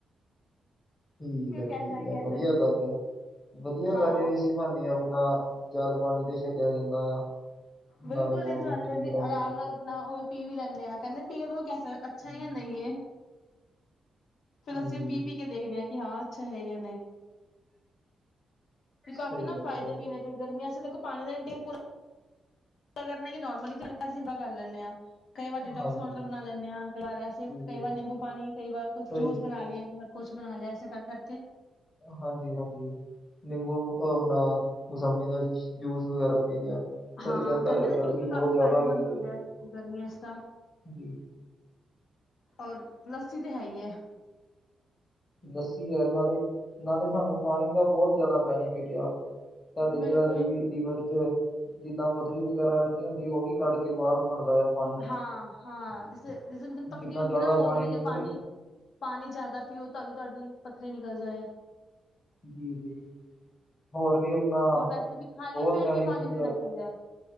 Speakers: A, on the left; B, on the left.
A: ਠੀਕ
B: ਕਿਉਂ
A: ਐ,
B: ਕੈਸਾ
A: ਠੀਕ
B: ਹੈ
A: ਐ,
B: ਕੈਸਾ
A: ਵਦੀਆ
B: ਨਈ
A: ਗੱਲ ਐ, ਵਦੀਆ
B: ਹਾਂ
A: ਗੱਲ ਐ ਇਸ ਭਾਨੀ ਅਪਣਾ ਜਲ ਪਾਣੀ ਤੇ ਛਕਿਆ ਜਾਂਦਾ ਆ।
B: ਬਿਲਕੁਲ
A: ਨਾਲੇ ਬੋਡੀ
B: ਇਹ ਜ਼ਵਾਨ
A: ਵੀ ਠੀਕ
B: <unintelligible>
A: ਰਹਿੰਦੀ
B: ਅਰਾਮ
A: ਹੈ ਜੀ
B: ਨਾਲ ਅਪਣਾ ਉਹ ਵੀ ਪੀ ਵੀ ਲੈਨੇ ਆ ਕਹਿੰਦੇ ਪਿਓ ਤੋਂ ਕੈਸਾ ਐ ਅੱਛਾ
A: ਹੂੰ,
B: ਐ ਯਾ ਨਈ ਏ। ਫੇਰ
A: ਹਾਂਜੀ
B: ਅਸੀਂ ਉਹ ਪੀ-ਪੀ ਕੇ ਦੇਖਨੇ ਆ ਕਿ ਹਾਂ ਅੱਛਾ ਹੈ ਯਾ ਨਈ। ਕਾਫੀ
A: ਸਹੀ
B: ਨਾ
A: ਗੱਲ
B: ਫਾਇਦੇ
A: ਹੈ ਜੀ
B: ਵੀ ਨੇ ਫਿਰ ਗਰਮੀਆਂ ਚੇ ਦੇਖੋ ਪਾਣੀ ਦਾ ਇਨਟੇਕ ਪੂਰਾ ਕਰਨਾ ਈ ਨੋਰਮਲੀ ਚੇ ਅਸੀਂ ਇਦਾ ਕਰ ਲੈਣੇ ਆ। ਕਈ ਵਾਰ ਡਿਟੋਕਸ
A: ਹਾਂਜੀ,
B: ਵਾਟਰ ਬਣਾ ਲੈਨੇ ਆ, ਕਈ ਵਾਰ ਐਸੇ,
A: ਜੀ-ਜੀ,
B: ਕਈ ਵਾਰ ਨਿੰਬੂ ਪਾਣੀ, ਕਈ ਵਾਰ ਕੁਛ
A: ਸਹੀ
B: ਜੂਸ ਬਣਾ ਲਿਆ ਘਰ। ਕੁਛ ਬਣਾ ਲਿਆ ਏਸੇ ਕਰ ਕਰਕੇ।
A: ਹਾਂਜੀ-ਹਾਂਜੀ। ਨਿੰਬੂ ਅਪਣਾ ਮੌਸੰਮੀ ਦਾ ਜੂਸ ਵਗੈਰਾ ਪੀ ਲਿਆ। ਸਹੀ
B: ਹਾਂ,
A: ਰਹਿੰਦਾ
B: ਗੰਨੇ
A: ਆ,
B: ਦਾ
A: ਗਰਮੀ
B: ਜੂਸ ਵੀ
A: ਬਹੁਤ
B: ਕਾਫ਼ੀ
A: ਜ਼ਿਆਦਾ
B: ਫਾਇਦੇਮੰਦ
A: ਹੋਈ ਦੀ
B: ਹੁੰਦਾ
A: ਹੈ,
B: ਐ, ਗਰਮੀਆਂ ਚ ਤਾਂ
A: ਜੀ।
B: ਔਰ ਲੱਸੀ ਤੇ ਹੈ ਈ ਐ।
A: ਲੱਸੀ ਆ ਨਾਲੇ, ਨਾਲੇ ਸਾਨੂੰ ਪਾਣੀ ਦਾ ਬੋਤ ਜੈਦਾ ਬੈਨੀਫਿਟ ਆ। ਸਾਡੇ
B: ਬਿਲਕੁਲ
A: ਜੇੜਾ ਦੀਵੀ ਲੀਵਰ ਚ ਜਿੱਦਾਂ ਪਥਰੀ ਵਗੈਰਾ ਅਟਕ ਹੁੰਦੀ ਉਹ ਵੀ ਕੱਢ ਕੇ ਬਾਹਰ ਮਾਰਦਾ ਆ ਪਾਣੀ।
B: ਹਾਂ ਹਾਂ ਜਿਸ ਜਿਸ ਜਨ ਪਤਰੀ
A: ਜਿੰਨਾ
B: ਹੁੰਦੀ
A: ਜ਼ਿਆਦਾ
B: ਨਾ ਬੋਲਦੇ ਨੇ
A: ਪੀਓਗੇ,
B: ਕਿ ਪਾਣੀ ਪਾਣੀ ਜ਼ਿਆਦਾ ਪੀਓ ਤਾਂ ਕਿ ਤੁਹਾਡੀ ਪੱਥਰੀ ਨਿਕਲ ਜਾਏ
A: ਜੀ ਜੀ। ਹੋਰ ਵੀ ਅਪਣਾ
B: ਔਰ ਵੈਸੇ ਵੀ ਖਾਲੀ
A: ਬਹੁਤ
B: ਪੇਟ
A: ਬੈਨੀਫਿਟ
B: ਵੀ ਪਾਣੀ ਪੀਣਾ
A: ਆ।
B: ਚਾਹੀਦਾ ਹੈ।